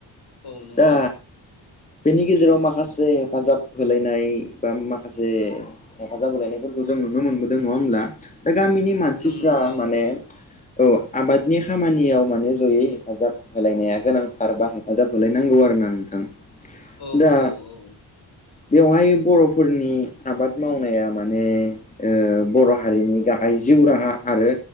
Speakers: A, on the left; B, on the left.
A: औ नंगौ।
B: दा बेनि गेजेराव माखासे हेफाजाब होलायनाय बा माखासे हेफाजाब होलायनायफोरखौ जों नुनो मोनबोदों नङा होमब्ला गामिनि मानसिफ्रा
A: नों औ
B: माने औ आबादनि खामानियाव माने जयै हेफाजाब होलायनाया गोनांथार बा हेफाजाब होलायनांगौ आरो ना नोंथां।
A: औ
B: दा
A: औ औ
B: बेवहाय बर'फोरनि आबाद मावनाया माने ओ बर' हारिनि गाहाय जिउ राहा आरो